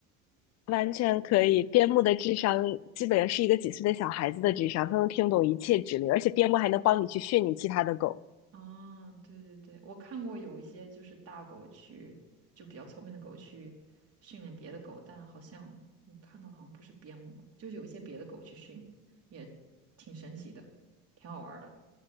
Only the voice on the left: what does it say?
完全可以，边牧的智商基本上是一个几岁的小孩子的智商，他能听懂一切指令，而且边牧还能帮你去训你其他的狗。